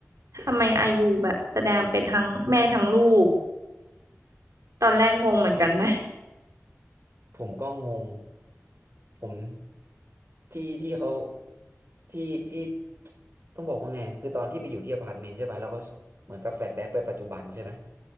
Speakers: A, on the right; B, on the right.
A: ทำไมอายุแบบแสดงเป็นทั้งแม่ทั้งลูก ตอนแรกงงเหมือนกันไหม
B: ผมก็งงผมที่ที่เขาที่ที่ต้องบอกว่าไงคือตอนที่ไปอยู่ที่อพาร์ตเมนต์ใช่ป่ะแล้วเขาเหมือนกับแฟลชแบ็กไปปัจจุบันใช่ไหม